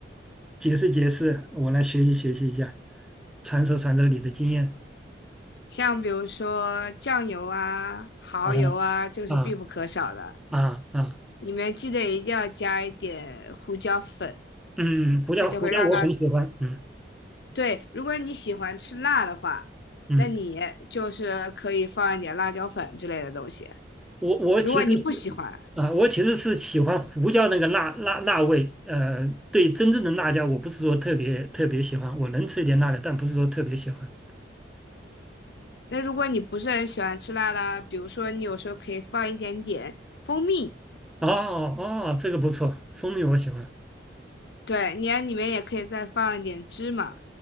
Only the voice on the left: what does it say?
像比如说酱油啊、蚝油啊，
这个是必不可少的。
里面记得一定要加一点胡椒粉，
它就会让它，
对，如果你喜欢吃辣的话，
那你就是可以放一点辣椒粉之类的东西。
如果你不喜欢，
那如果你不是很喜欢吃辣的，比如说你有时候可以放一点点蜂蜜，
对，你在里面也可以再放一点芝麻，